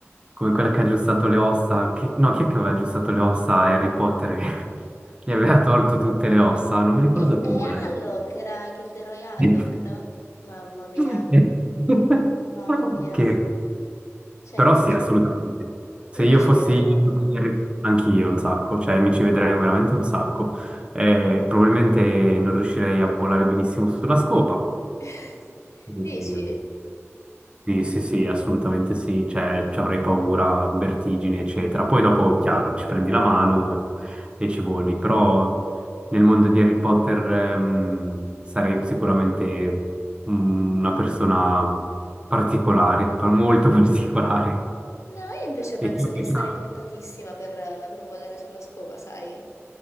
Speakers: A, on the right (about 20°); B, on the left (about 85°).
A: come quella che ha aggiustato le ossa, chi- no, chi è che aveva aggiustato le ossa a Harry Potter? <laughs> Gli aveva tolto tutte le ossa, non mi ricordo
B: E,
A: più
B: e
A: adesso.
B: Alloc era Gilderoy Alloc,
A: <laughs>
B: no? Mamma mia,
A: <laughs>
B: mamma mia.
A: Che...
B: Cioè,
A: Però
B: ti
A: sì,
B: giuro,
A: assolutamente. Se
B: io
A: io
B: mi ci
A: fossi
B: vedo troppo.
A: anch'io un sacco, cioè mi ci vedrei veramente un sacco. Eh, probabilmente non riuscirei a volare benissimo sulla scopa,
B: <laughs>
A: e-
B: Dici?
A: Sì, sì, sì, assolutamente sì, cioè ci avrei paura, vertigini, eccetera. Poi dopo, chiaro, ci prendi la mano e, e ci voli, però nel mondo di Harry Potter ehm, sarei sicuramente mm, una persona particolare, pa- molto <laughs> particolare.
B: No, io invece penso
A: E tu,
B: che sarei
A: ah,
B: portatissima per, per volare sulla scopa, sai?